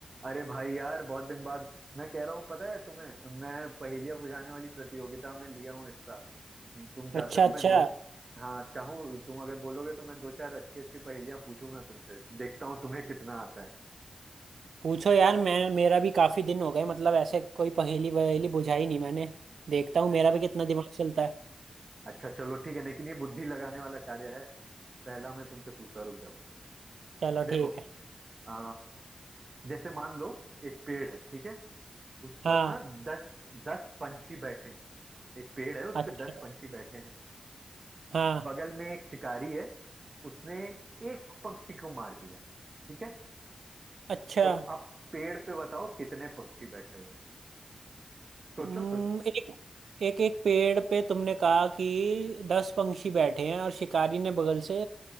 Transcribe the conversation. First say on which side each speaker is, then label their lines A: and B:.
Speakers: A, on the right (about 45°); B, on the right (about 85°).
A: अरे भाई यार बहुत दिन बाद मैं कह रहा हूँ पता है तुम्हें मैं पहेलियां बुझाने वाली प्रतियोगिता में लिया हूँ हिस्सा तुम चाहते
B: अच्छा
A: हो
B: अच्छा
A: मैं दो च... हाँ चाहूँ तुम अगर बोलोगे तो मैं दो चार अच्छी अच्छी पहेलियां पूछूंगा तुमसे देखता हूँ तुम्हें कितना आता है
B: पूछो यार मैं मेरा भी काफी दिन हो गए मतलब ऐसे कोई पहेली वहेली बुझाई नहीं मैंने देखता हूँ
A: अ-
B: मेरा भी कितना दिमाग चलता है
A: अच्छा चलो ठीक है लेकिन ये बुद्धि लगाने वाला कार्य है पहला मैं तुमसे पूछता हूं, रुक जाओ
B: चलो
A: देखो
B: ठीक है
A: आ, जैसे मान लो एक पेड़ है ठीक है उस
B: हाँ
A: पर ना दस दस पंछी बैठे हैं एक पेड़ है उस
B: अच्छा
A: पर दस पंछी बैठे हैं
B: हाँ
A: बगल में एक शिकारी है उसने एक पक्षी को मार दिया ठीक है
B: अच्छा
A: तो अब पेड़ पे बताओ कितने पक्षी बैठे हुए हैं सोचो
B: हम्म,
A: सोचो
B: एक एक एक पेड़ पे तुमने कहा कि दस पंछी बैठे हैं और शिकारी ने बगल से